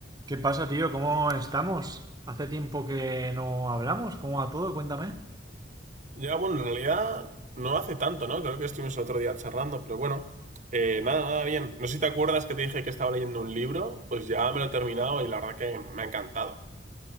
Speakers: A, on the right (about 20°); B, on the right (about 40°).
A: ¿Qué pasa, tío? ¿Cómo estamos? Hace tiempo que no hablamos. ¿Cómo va todo? Cuéntame.
B: Ya, bueno, en realidad no hace tanto, ¿no? Creo que estuvimos el otro día charlando, pero bueno, eh, nada, nada, bien. No sé si te acuerdas que te dije que estaba leyendo un libro, pues ya me lo he terminado y la verdad que me ha encantado.